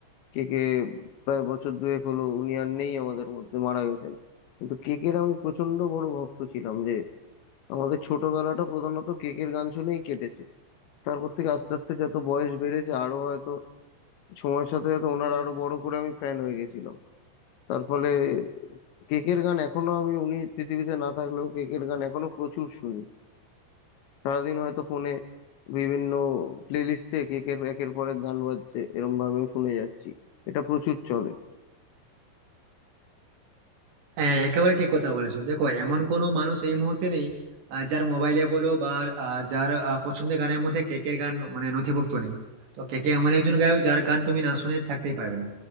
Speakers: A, on the left (about 70°); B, on the right (about 60°).
A: কেকে প্রায় বছর দুয়েক হলো উনি আর নেই আমাদের মধ্যে মারা গেছেন কিন্তু কেকের আমি প্রচন্ড বড় ভক্ত ছিলাম যে আমাদের ছোটবেলাটা প্রধানত কেকের গান শুনেই কেটেছে তারপর থেকে আস্তে আস্তে যত বয়স বেড়েছে আরো হয়তো সময়ের সাথে সাথে ওনার আরো বড় করে আমি ফ্যান হয়ে গেছিলাম তার ফলে কেকের গান এখনো আমি উনি পৃথিবীতে না থাকলেও কেকের গান এখনো প্রচুর শুনি সারাদিন হয়তো ফোনে বিভিন্ন প্লে লিস্টে কেকের একের পর এক গান বাজছে এরম ভাবে আমি শুনে যাচ্ছি এটা প্রচুর চলে
B: হ্যাঁ একেবারে ঠিক কথা বলেছো দেখো এমন কোনো মানুষ এই মুহূর্তে নেই আহ, যার মোবাইলে বলো বা আহ, যার আহ, পছন্দের গানের মধ্যে কেকের গান মানে নথিভুক্ত নেই তো কেকে এমন একজন গায়ক যার গান তুমি না শুনে থাকতেই পারবে না